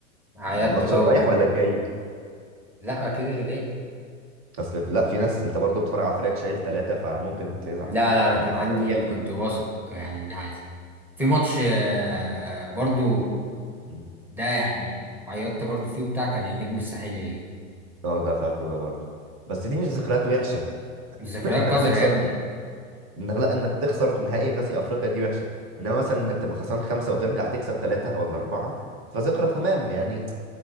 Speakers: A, in the centre; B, on the right.
A: عيطت
B: الماتش
A: بقى
B: الرايح
A: و
B: ولا الجاي
A: لا أكيد اللي جاي
B: اصل لا في ناس انت برضو بتتفرج على فريقك شايل ثلاثة فممكن تزعل
A: لا لا أنا كان
B: انت
A: عندي
B: رجعت
A: كنت واثق يعني إن عادي في ماتش آه برضو
B: مم.
A: ده يعني عيطت برضو فيه بتاع كان النجم الساحلي
B: اه ده فاكره ده برضو بس دي مش ذكريات وحشة
A: ذكريات
B: انك
A: قذرة
B: تخسر
A: يا ابني
B: انك لا انك تخسر نهائي ماسي افريقيا دي وحشه انما مثلا انك تبقى خسران خمسه وترجع تكسب ثلاثه ولا اربعه فذكرى تمام يعني